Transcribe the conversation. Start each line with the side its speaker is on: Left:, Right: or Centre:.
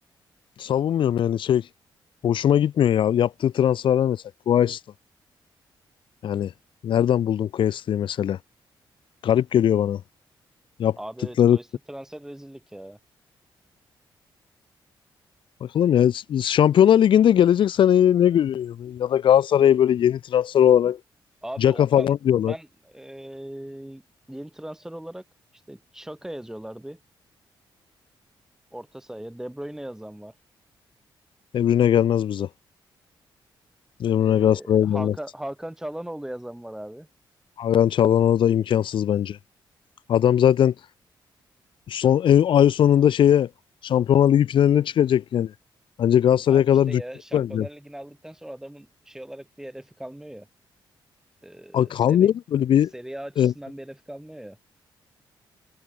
Left: savunmuyorum yani şey hoşuma gitmiyor ya. Yaptığı transferler mesela Quaista. Yani nereden buldun Quaista'yı mesela? Garip geliyor bana. Yaptıkları
Centre: Abi evet Koyes'te transfer rezillik ya.
Left: Bakalım ya Şampiyonlar Ligi'nde gelecek seneyi ne görüyor ya da Galatasaray'ı böyle yeni transfer olarak
Centre: Abi
Left: Caka
Centre: Okan
Left: falan diyorlar.
Centre: ben eee, yeni transfer olarak işte Çaka yazıyorlar bir orta sahaya. De Bruyne yazan var.
Left: Emrine gelmez bize. Emre
Centre: Eee,
Left: Galatasaray'a
Centre: Hakan,
Left: gelmez.
Centre: Hakan Çalhanoğlu yazan var abi.
Left: Hakan Çalhanoğlu da imkansız bence. Adam zaten son, e, ay sonunda şeye Şampiyonlar Ligi finaline çıkacak yani. Bence Galatasaray'a
Centre: Abi
Left: kadar
Centre: işte ya
Left: düşmüş
Centre: Şampiyonlar
Left: bence.
Centre: Ligi'ni aldıktan sonra adamın şey olarak bir hedefi kalmıyor ya. Ee,
Left: A, kalmıyor
Centre: seri,
Left: mu böyle bir
Centre: seri A açısından
Left: e,
Centre: bir hedefi kalmıyor ya.